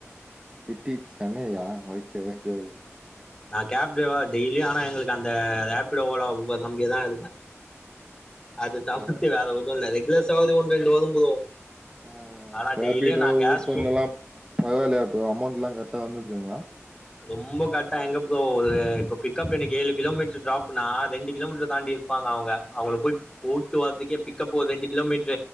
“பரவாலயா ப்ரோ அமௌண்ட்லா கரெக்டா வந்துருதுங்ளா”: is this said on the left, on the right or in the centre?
Right